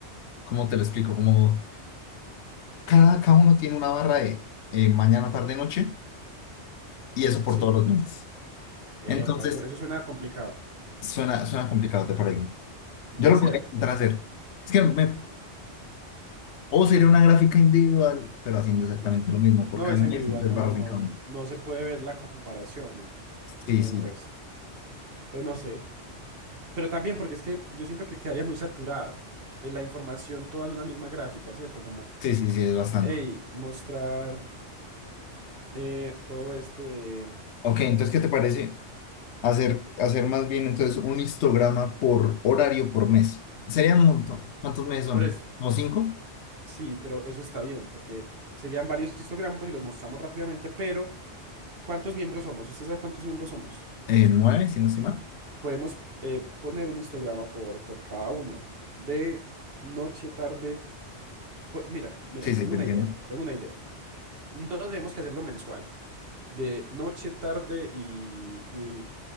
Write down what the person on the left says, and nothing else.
¿cómo te lo explico? Como cada, cada uno tiene una barra de eh, mañana, tarde, noche y eso por
todos los meses.
Entonces,
suena, suena complicado, ¿te parece?
Yo lo
podría intentar
hacer. Es que me,
o sería una gráfica individual, pero haciendo exactamente
lo mismo por
cada
mes,
tres
barras
en cada uno.
Sí,
sí,
sí, sí, sí, es bastante.
Ok,
entonces, ¿qué te parece hacer,
hacer más bien entonces un histograma por horario por mes? Sería un montón. ¿Cuántos meses son?
¿Como cinco?
Eh, ¿nueve, si no estoy mal?
Sí,
sí, te
entiendo.